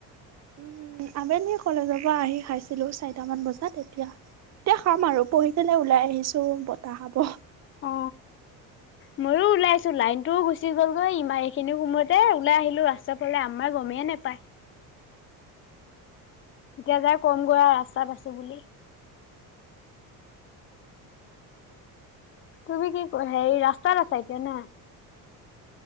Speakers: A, on the right; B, on the left.
A: উম আবেলি কলেজৰ পৰা আহি খাইছিলো চাৰিটামান বজাত এতিয়া এতিয়া খাম আৰু পঢ়ি পেলাই ওলাই আহিছো বতাহ খাব
B: অ মইয়ো ওলাই আহিছো লাইনটোও গুচি গলগৈ ইনভাৰী এইখিনি সময়তে ওলাই আহিলো ৰাস্তাৰ ফালে আমাৰ এই গমেইে নোপায় এতিয়া যায় কম গৈ আৰু ৰাস্তা পাইছো বুলি তুমি কি হেৰি ৰাস্তাত আছা এতিয়া না